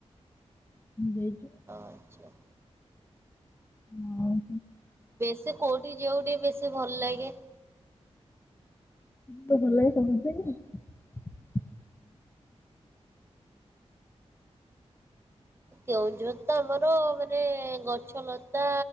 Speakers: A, on the left; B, on the right.
A: ଦେଇଛୁ?
B: ହଁ ଆଚ୍ଛା।
A: ହଉ।
B: ବେଶୀ କୋଉଠି ଯିବାକୁ, ଟିକେ ବେଶୀ ଭଲ ଲାଗେ।
A: ତ ଭଲ ଶଣତି। <unintelligible>
B: କେଉଁଝର ତ ଆମର, ମାନେ ଗଛଲତା